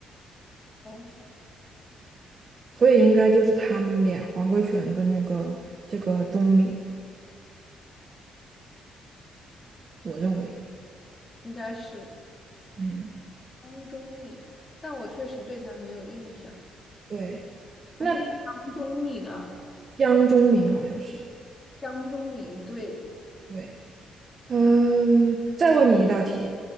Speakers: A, on the left (about 25°); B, on the right (about 45°).
A: 哦，
B: 所以应该就是他们俩，黄贵全跟那个这个钟敏，我认为，
A: 应该是
B: 嗯，
A: 汤中敏，但我确实对他没有印象，
B: 对，
A: 还是江中敏啊？
B: 那江钟敏好像是，
A: 江中敏，对，
B: 对，嗯，再问你一道题，